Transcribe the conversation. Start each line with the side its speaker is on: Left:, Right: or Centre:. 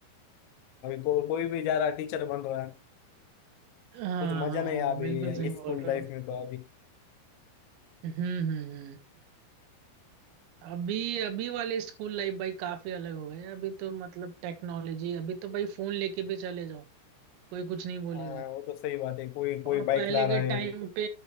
Left: अभी को, कोई भी जा रहा टीचर बन रहा है
Right: हाँ
Left: कुछ मजा
Right: हाँ
Left: नहीं
Right: हाँ,
Left: है अभी
Right: बिल्कुल सही बोल
Left: स्कूल
Right: रहे
Left: लाइफ
Right: हो आप
Left: में तो अभी
Right: हम्म हम्म हम्म। अभी अभी वाले स्कूल लाइफ भाई काफी अलग हो गए हैं। अभी तो मतलब टेक्नोलॉजी अभी तो भाई फोन लेके भी चले जाओ कोई कुछ नहीं बोलेगा
Left: अ, वो तो सही बात है कोई कोई
Right: और
Left: बाइक
Right: पहले
Left: ला रहा
Right: के
Left: है
Right: टाइम पे